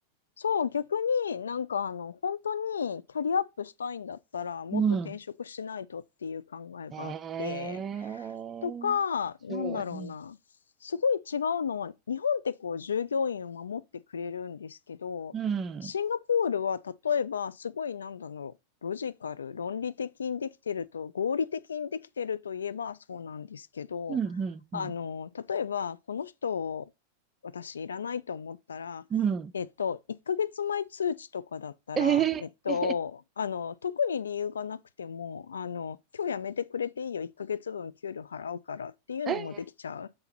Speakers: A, on the left; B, on the right.
A: そう、逆になんかあの、本当にキャリアアップしたいんだったら、もっと転職しないとっていう考えがあって、
B: うん。ええ面白い。
A: とか、なんだろうな、
B: うん。
A: すごい違うのは、日本ってこう、従業員を守ってくれるんですけど、
B: うん、
A: シンガポールは例えば、すごいなんだろう、ロジカル、論理的にできてると、合理的にできてるといえばそうなんですけど、
B: うん、うん、
A: あの、
B: うん。
A: 例えば、この人、私いらないと思ったら、
B: うん
A: えっと、1ヶ月前通知とかだったら、
B: ええ
A: えっと、あの、特に理由がなくても、あの、今日やめてくれていいよ、1ヶ月分給料払うからっていうのもできちゃ
B: ええ